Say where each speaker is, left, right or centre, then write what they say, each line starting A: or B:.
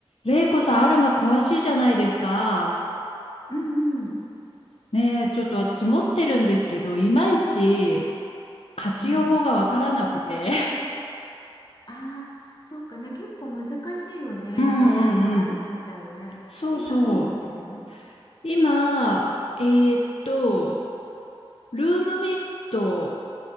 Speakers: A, on the left; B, on the left.
A: レイコさん、アルマ詳しいじゃないですか。
B: うんうん。
A: ねえ、ちょっと私持ってるんですけど、いまいち活用法がわからなくて。
B: うん。ああー、そっかね。結構難しいよね。
A: <laughs> うんうんうん。
B: なんか、あ、わかんなくなっちゃうよね。
A: そうそ
B: 今何持ってるの
A: う。今、えーっと、ルームミスト